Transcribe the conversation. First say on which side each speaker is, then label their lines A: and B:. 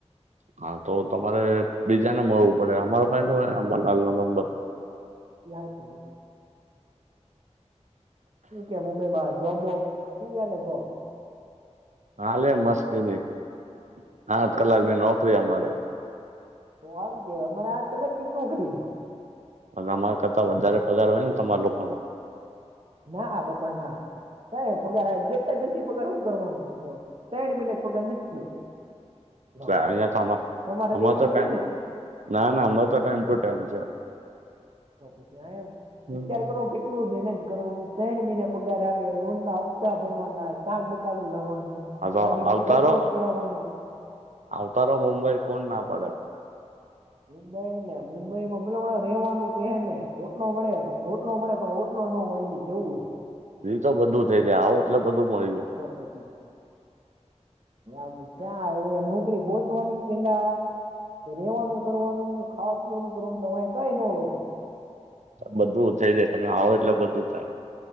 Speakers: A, on the right; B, on the right.
A: હા, તો તમારે બીજાને મળવું પડે, અમારો પાઈ ન હોય, હાલ નો નંબર.
B: પપ શ કે મુંબઈમાં જોમ <unintelligible> થી ગાલે જવા.
A: હાલે, મસ્ત બી સાત
B: એવું
A: કલાક ભી નોકરી અમારે.
B: તો સારું કેવાય, અમારે આઠ કલાક ની જ નોકરી છે.
A: અમારા કરતાં વધારે પગાર હોય ને, તમારા લોકોનો.
B: ના, આ પણ ના. ક પગાર ગેતા જનથી પગાર શું કરવાનું, ત્રણ મહિના પગાર નથી થયો. લો
A: અં તો
B: તમારે એવું
A: અ તો
B: નથી
A: ટ
B: ને
A: ના ના અર તો ટાઈમ ટુ ટાઈમ છે <unintelligible>
B: તો પછી આ એમ
A: હમ.
B: વિચાર કરો કે. કેટલું મેનેજ કરવાનું, ત્રણ મહિના પગાર આવે લો, ના હપ્તા ભરવાના શાક બકાલુ લાવવાનું.
A: હા તો
B: ગાડીમાં
A: આવતારો
B: પેટ્રોલ પુરાવાનું.
A: આવતારો મુંબઈ કોણ ના પડે.
B: મુંબઈ ને, મુંબઈ માં બસ રહેવાનું કે ને, ઓટલો મળે, ઓટલો મળે પણ. કેટલો નો મળી ને, કેવું હે.
A: એ તો બધું થઈ જાય આવું, એટલે બધું મળી જાય.
B: <unintelligible> <unintelligible> ક્યાં નોકરી ગોત વાની પેલા રેવાનું કરવાનું ખાવા પીવાનું કરવાનું તમારે કઈ ન વધે
A: બધું થઈ જાય તમે આવો એટલે બધું થાય